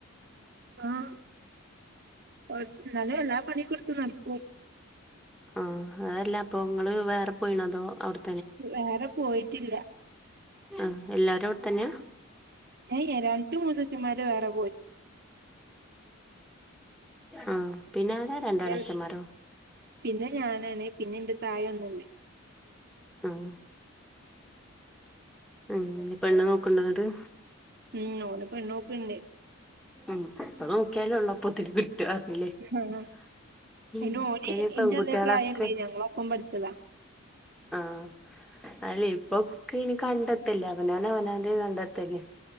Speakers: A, on the right (about 50°); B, in the centre.
A: ആഹ് <unintelligible> എന്നാലും എല്ലാ പണികെ കൊടുത്ത് നടക്കും
B: ആഹ് അതല്ല അപ്പൊ നിങ്ങള് വേറെ പോയിണോ അതോ അട്
A: വേറെ പോയിട്ടില്ല
B: ആഹ് എല്ലാരും അവിടെ തന്നെയാ
A: ഏ രണ്ടു മൂത്തച്ഛന്മാര് വേറേ
B: ആഹ് പിന്നെ ആരാ രണ്ടളെച്ചമാരോ
A: പിന്നെ പിന്നെ ഞാനാണ് പിന്നെ ഇന്റെ തായെ ഒന്ന്ണ്ട്
B: ആഹ് അങ്ങനെ പെണ്ണ് നോക്ക്ണ്ടോ ന്ന്ട്ട്
A: ഉം ഓന് പെണ്ണ്ക്ക്ണ്ട്
B: ഉം ഇപ്പം നോക്കിയാല് <unintelligible>
A: ആഹ്
B: <unintelligible> ഇപ്പയിന്
A: അയിന് ഓന്
B: പെൺകുട്ടികളൊക്കെ
A: ഇന്റെ അതേ പ്രായണ്ട് ഞങ്ങളൊപ്പം പഠിച്ചതാ
B: ആഹ് അല്ലേ ഇപ്പൊക്ക ഇനി കണ്ടെത്തല്ലേ അവനഅവനാന്റെ കണ്ടത്തല്ലേ